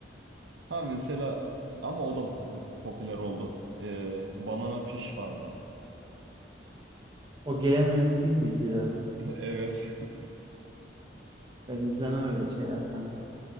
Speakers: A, on the right; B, on the right.
A: Ha mesela ama o da popu- popüler oldu. E, Banana Fish vardı. <laughs>
B: O GNMS değil miydi ya?
A: Evet.
B: Ben izlemem öyle şeyler kanka.